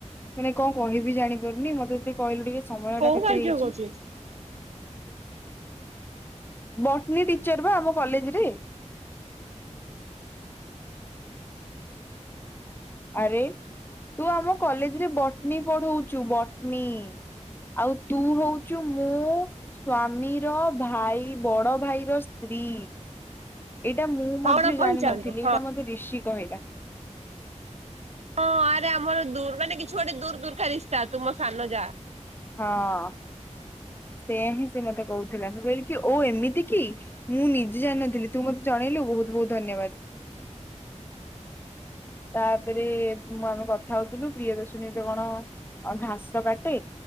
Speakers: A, on the left; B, on the right.
A: ମାନେ କଣ କରିବି ଜାଣିପାରୁନି, ମତେତୁ କହିଲୁ ଟିକେ ସମୟ
B: କୋଉ
A: ଟା କେତେ
B: କାଯ୍ୟ
A: ହେଇଛି
B: କରୁଛି?
A: ବଟନୀ ଟିଚର ବା ଆମ କଲେଜରେ ଆରେ ତୁ ଆମ କଲେଜରେ ବଟନୀ ପଢଉଛୁ, ବଟନୀ ଆଉ ତୁ ହଉଛୁ ମୋ ସ୍ଵାମୀର ଭାଇ ବଡ ଭାଇର ସ୍ତ୍ରୀ ଏଇଟା ମୁଁ ମଧ୍ୟ
B: ହଣ କହିଚାଲନ୍ତୁ
A: ଜାଣିନଥିଲି,
B: ହଁ
A: ଏଇଟା ମତେ ଋଷି କହିଲା
B: ହଁ ଆରେ ଆମର ମାନେ କିଛି ଗୋଟେ ଦୂର ଦୁର୍କା ରିଶତା ତୁମୋ ସାନ ଯାଆ
A: ହଁ ସେୟା ହିଁ ସେ ମତେ କହୁଥିଲା, ମୁ କହିଲି କି ଓ ଏମିତି କି, ମୁଁ ନିଜେ ଜାଣିନଥିଲି, ତୁ ମତେ ଜଣେଇଲୁ ବହୁତ ବହୁତ ଧନ୍ୟବାଦ । ତାପରେ ମୁଁ ଆମେ କଥା ହଉଥିଲୁ ପ୍ରିୟଦର୍ଶନୀରେ କଣ ଘାସ କାଟେ,